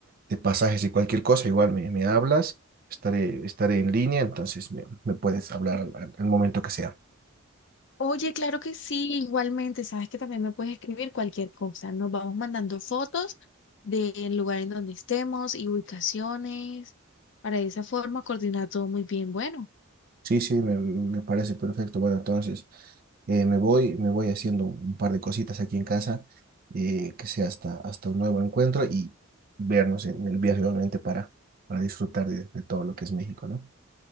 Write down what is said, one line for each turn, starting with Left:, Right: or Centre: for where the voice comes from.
Right: de pasajes y cualquier cosa, igual me, me hablas, estaré, estaré en línea, entonces me, me puedes hablar al, al- al momento que sea.
Left: Oye, claro que sí, igualmente, sabes que también me puedes escribir cualquier cosa. Nos vamos mandando fotos del lugar en donde estemos y ubicaciones. Para de esa forma coordinar todo muy bien. Bueno.
Right: Sí, sí, me, me parece perfecto. Bueno, entonces eh, me voy, me voy haciendo un par de cositas aquí en casa, eh, que sea hasta, hasta un nuevo encuentro y vernos en el viaje, obviamente, para, para disfrutar de, de todo lo que es México, ¿no?